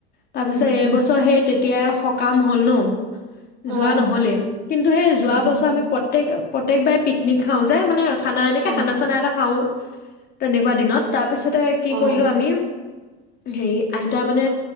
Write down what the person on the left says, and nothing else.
তাৰপিছত
এইবছৰ
সেই তে তিয়াই সকাম হ'ল ন? যোৱা
নহ'লেই, কিন্তু সেই
যোৱা বছৰ আমি প্ৰত্যেক প্ৰত্যেকবাৰে পিকনিক খাওঁ যে মানে খানা এনেকে
খানা-চানা এটা খাওঁ। তেনেকুৱা দিনত। তাৰ পিছত তে কি
কৰিলো আমি, হেই আইতা মানে,